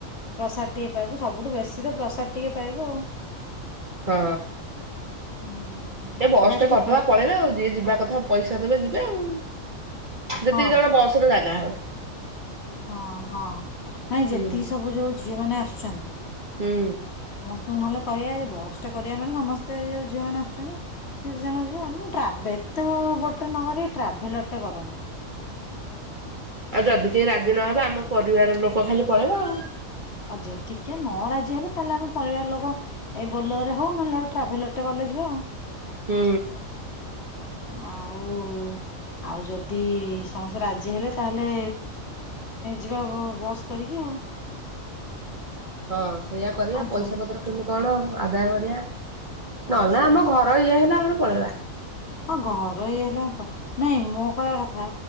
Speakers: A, on the left; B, on the right.
A: ପ୍ରସାଦ ଟିକେ ପାଇବୁ ସବୁଠୁ ବେଶୀ ତ ପ୍ରସାଦ ଟିକେ ପାଇବୁ ଆଉ।
B: ହଁ
A: ହୁଁ
B: ଏ
A: ଅବଢା
B: ବସ ଗୋଟେ
A: ଟିକେ
B: କରି
A: ପାଇ
B: ଦବା ପଳାଇବା ଆଉ ଯିଏ ଯିବା କଥା ପଇସା ଦେବେ ଯିବେ। ଆଉ। ଯେତିକି
A: ହଁ
B: ଜଣ ବସରେ ଜାଗା ହେବେ।
A: ହଁ ହଁ ନାଇଁ
B: ହୁଁ
A: ଯେତିକି ସବୁ ଯୋଉ ଝିଅ ମାନେ ଆସୁ ଛନ୍ତି
B: ହୁଁ।
A: ଶୁଣ ନହେଲେ କହିବା ବସ ଟେ କରିବା ପାଇଁ ସମସ୍ତେ ଯୋଉ ଝିଅ ମାନେ ଆସୁଛନ୍ତି ସେ ଜଣ ଯିବେ ଏ ଟ୍ରାବେ ଏତ ଗୋଟେ ନକରି ଟ୍ରାଭେଲରଟେ କରନ୍ତେ।
B: ଆଉ ଯଦି କେହି ରାଜି ନହେବେ ଆମ ପରିବାର ଲୋକ ଖାଲି ପଳେଇବା ଆଉ।
A: ଆଉ ଯଦିିକିଏ ନ ରାଜି ହେଲେ ତାହେଲେ ଆମ ପରିବାର ଲୋକ ଏଇ ବୋଲେରେ ହଉ ନହେଲେ ଗୋଟେ ଟ୍ରାଭେଲର ଗୋଟେ ଗଲେ ଯିବେ ଆଉ।
B: ହୁଁ।
A: ଆଉ ଆଉ ଯଦି ସମସ୍ତେ ରାଜି ହେଲେ ତାହେଲେ ଯିବା ବସ୍ କରିକି ଆଉ।
B: ହଁ ସେଇୟଆ କରିବା
A: ଆଉ
B: ପଇସା
A: ଯ
B: ପତ୍ର କେମତି
A: ଯ
B: କଣ ଆଦାୟ କରିଆ
A: ପଇସା
B: ନହେଲେ ଆମ ଘର ଇଏ ହେଲା ଆମର ପଳେଇବା
A: ହଁ ଘର ଇ ହେଲେ କଁ ନାଇଁ ମୁଁ କହିଆ କଥା